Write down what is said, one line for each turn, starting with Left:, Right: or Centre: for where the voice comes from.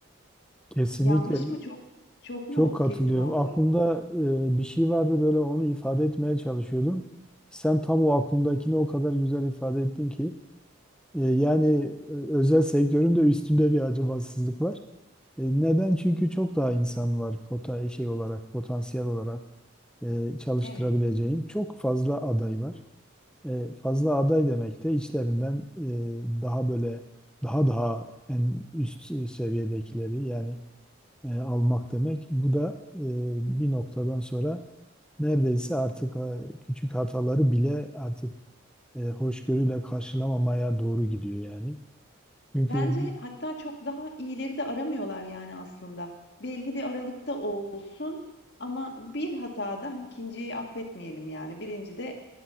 Centre: Kesinlikle
Left: Yanlış mı? Çok çok
Centre: çok
Left: mu
Centre: katılıyorum.
Left: kesin oldu?
Centre: Aklımda e, bir şey vardı böyle onu ifade etmeye çalışıyordum. Sen tam o aklımdakini o kadar güzel ifade ettin ki. E, yani e, özel sektörün de üstünde bir acımasızlık var. E, neden? Çünkü çok daha insan var pota şey olarak, potansiyel olarak e, çalıştırabileceğin.
Left: Evet.
Centre: Çok fazla aday var. E, fazla aday demek de içlerinden e, daha böyle daha daha en üst e, seviyedekileri yani e, almak demek. Bu da e, bir noktadan sonra neredeyse artık e, küçük hataları bile artık e, hoşgörüyle karşılamamaya doğru gidiyor yani. Çünkü
Left: Bence hatta çok daha iyileri de aramıyorlar yani aslında. Belli bir aralıkta olsun ama bir hatada ikinciyi affetmeyelim yani. Birinci de